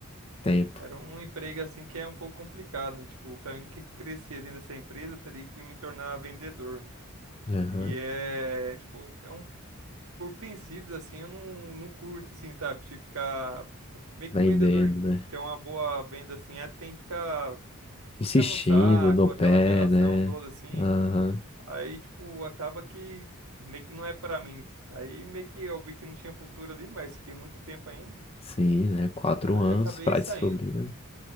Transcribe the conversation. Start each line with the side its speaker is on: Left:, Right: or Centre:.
Left: Tempo.
Right: era um emprego assim que é um pouco complicado, né? Tipo, pra mim que crescer dentro dessa empresa, eu teria que me tornar vendedor.
Left: Aham.
Right: E é, tipo, é um por princípios assim, eu não, não curto assim, sabe? Tipo, ficar meio
Left: Vendendo,
Right: que o vendedor
Left: né?
Right: ter uma boa venda assim, é tem que ficar
Left: Insistindo
Right: puxando o saco,
Left: no pé,
Right: aquela melação
Left: né?
Right: toda assim.
Left: Aham.
Right: Aí, tipo, acaba que meio que não é pra mim. Aí meio que eu vi que não tinha futuro ali, mas fiquei muito tempo ainda.
Left: Sim, né? Quatro
Right: Aí
Left: anos
Right: acabei
Left: pra
Right: saindo.
Left: descobrir, né?